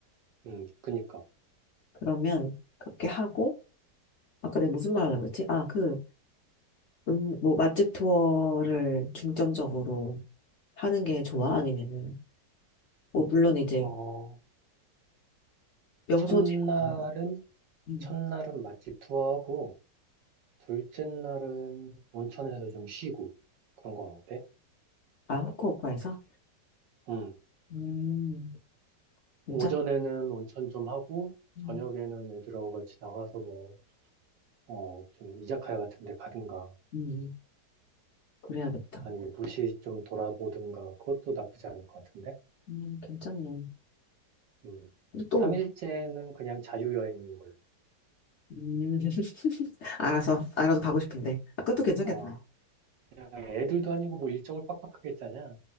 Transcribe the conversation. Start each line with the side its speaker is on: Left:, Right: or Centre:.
Right: 음, 그러니까.
Left: 그러면 그렇게 하고 아까 내가 무슨 말 하려고 했지? 아 그 음 뭐 맛집 투어를 중점적으로 하는 게 좋아? 아니면은 뭐 물론 이제
Right: 어,
Left: 명소지도
Right: 첫날은
Left: 가고. 음.
Right: 첫날은 맛집 투어하고, 둘째 날은 온천에서 좀 쉬고, 그런 건 어때?
Left: 아 후쿠오카에서?
Right: 음,
Left: 음. 괜찮다
Right: 오전에는 온천 좀 하고,
Left: 음,
Right: 저녁에는 애들하고 같이 나가서 뭐, 어, 좀 이자카야 같은 데 가든가,
Left: 음, 그래야겠다.
Right: 아니면 도시 좀 돌아보든가, 그것도 나쁘지 않을 것 같은데?
Left: 음, 괜찮네.
Right: 음,
Left: 근데 또,
Right: 3일째는 그냥 자유여행인 걸로.
Left: 음, <laughs> 알아서, 알아서 가고 싶은데. 아, 그것도 괜찮겠다.
Right: 어, 그냥 애들도 아니고 뭐 일정을 빡빡하게 짜냐?